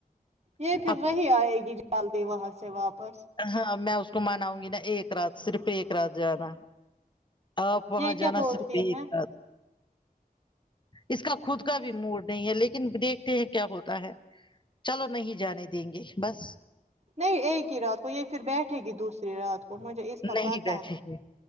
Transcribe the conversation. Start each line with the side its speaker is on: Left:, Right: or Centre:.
Right: یہ پھر
Left: اب
Right: رہی آئے گی جلدی وہاں سے واپس
Left: ہاں میں اس کو مناؤں گی نا ایک رات صرف ایک رات جانا آپ وہاں
Right: یہ کیا
Left: جانا
Right: بولتی
Left: صرف ایک
Right: ہیں
Left: ساتھ اس کا خود کا بھی موڈ نہیں ہے لیکن دیکھتے ہیں کیا ہوتا ہے چلو نہیں جانے دیں گے بس
Right: نہیں ایک ہی رات کو یہ پھر بیٹھے گی دوسری رات کو اس کا
Left: نہیں
Right: پتاہ
Left: بیٹھے
Right: ہے
Left: گے